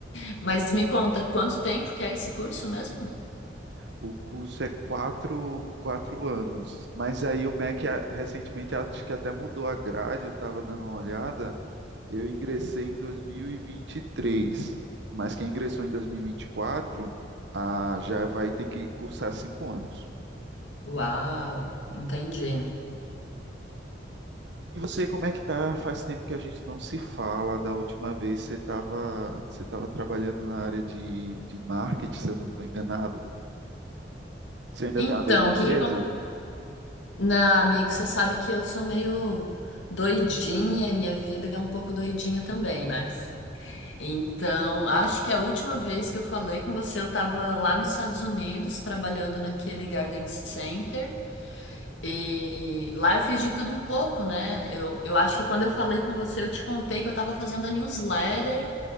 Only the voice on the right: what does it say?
O curso é quatro, quatro anos, mas aí o MEC a- recentemente acho que até mudou a grade, eu estava dando uma olhada. Eu ingressei em 2023, mas quem ingressou em 2024 ah, já vai ter que cursar cinco anos.
E você, como é que tá? Faz tempo que a gente não se fala. Da última vez você estava você tava trabalhando na área de, de marketing, se eu não estou enganado. Você ainda
está na mesma empresa?